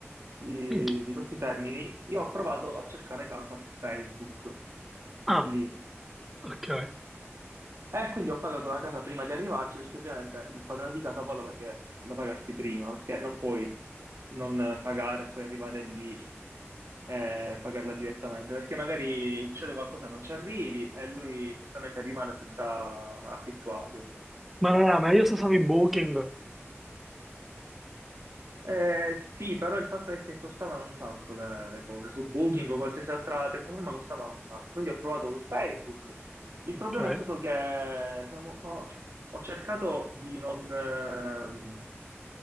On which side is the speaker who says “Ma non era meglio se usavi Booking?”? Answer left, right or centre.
Centre